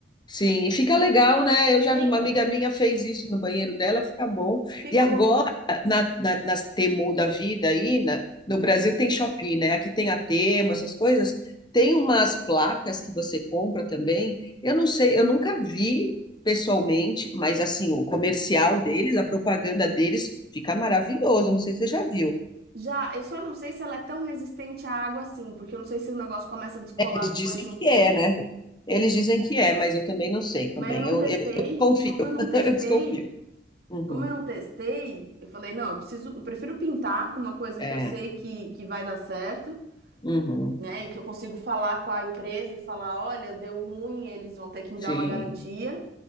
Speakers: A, on the left (about 25°); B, on the right (about 60°).
A: Sim, e fica legal, né? Eu
B: Fica.
A: já vi uma amiga minha fez isso no banheiro dela, fica bom.
B: Fica
A: E agora, na, na, nas Temu da vida aí, na- no Brasil tem Shopee, né? Aqui tem a Temu, essas coisas. Tem umas placas que você compra também. Eu não sei, eu nunca vi pessoalmente, mas assim, o comercial deles, a propaganda deles fica maravilhoso. Não sei se você já viu.
B: Já, eu só não sei se ela é tão resistente à água assim, porque eu não sei se o negócio começa a descolar
A: Eles
B: depois
A: dizem
B: de um
A: que
B: tempo.
A: é, né? Eles dizem que é, mas eu também não sei também.
B: Mas eu não
A: Eu,
B: testei.
A: eu, eu confio,
B: Como eu não
A: <laughs>
B: testei,
A: eu desconfio. Uhum,
B: como eu não testei, eu falei, não, eu preciso, eu prefiro pintar com uma coisa
A: é,
B: que eu sei que, que vai dar certo,
A: uhum,
B: né? E que eu consigo falar com a empresa e falar, olha, deu ruim, eles vão ter que me
A: sim,
B: dar uma garantia,